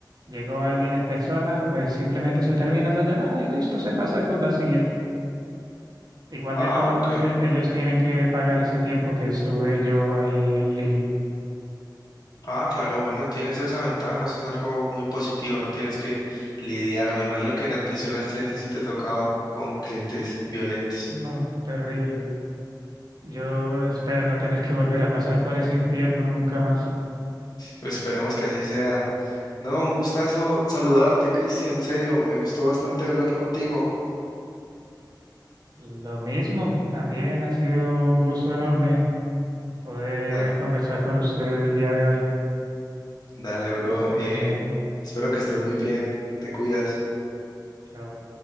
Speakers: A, on the right; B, on the left.
A: llegó alguien en persona, pues simplemente se termina la llamada y listo, se pasa con la siguiente. Igual
B: Ah,
A: de todos
B: ok.
A: modos e- ellos tienen que pagar ese tiempo que estuve yo ahí en línea.
B: Ah, claro, bueno, tienes esa ventaja, eso es algo muy positivo, no tienes que lidiar. Me imagino que en atención al cliente sí te tocaba con clientes
A: Mm,
B: violentos.
A: No, terrible. Yo espero no tener que volver a pasar por ese infierno nunca más.
B: Pues esperemos que así sea. No, un gustazo saludarte, Cristian, en serio, me gustó bastante hablar contigo.
A: Lo mismo, también ha sido un gusto enorme poder
B: Da-
A: conversar con usted el día de hoy.
B: dale, bro,
A: Que esté
B: eh,
A: muy bien.
B: espero que estés muy bien, te cuidas.
A: Chao.